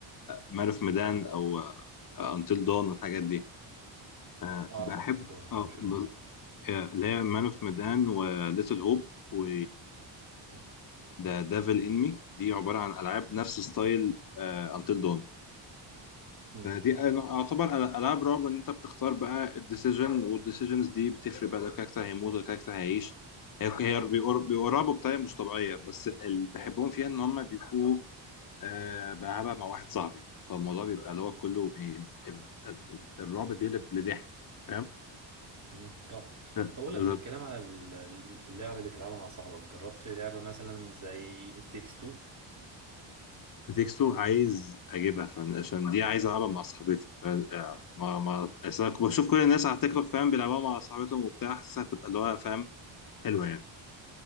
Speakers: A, on the left; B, on the right.
A: مارف ميدان او انتل دون والحاجات دي آه،
B: اعرف
A: بحب
B: ان دون
A: اه
B: معرفش الاولى
A: ب- آه، اللي هي مان اوف ميدان وليتل هوب و
B: مم،
A: ذا ديفل ان مي دي عباره عن العاب نفس ستايل انتل دون
B: مم،
A: فدي أنا- اعتبر أل- العاب رعب ان انت بتختار بقى الديسيجن والديسيجنز دي بتفرق بقى لو الكاركتر هيموت ولا الكاركتر هيعيش هي هي بيقر- بيقربوا بطريقه مش طبيعيه بس اللي بحبهم فيها ان هم بيبقوا آه بلعبها مع واحد صاحبي فالموضوع بيبقى اللي هو كله إيه، ال- ال- الرعب بيقلب لضحك فاهم
B: مم، اه
A: ف-
B: طب اقول
A: ب-
B: لك بالكلام على ال- اللعب اللي تلعبها مع صاحبك جربت لعبة مثلا زي التكس 2
A: بتكسو عايز اجيبها فعن- عشان دي عايز العبها مع صاحبتي ف آه، ما ما أصل أنا كنت بشوف كل الناس على تيك توك فاهم بيلعبوها مع صاحبتهم وبتاع حاسسها هتبقى اللي هو فاهم حلوه يعني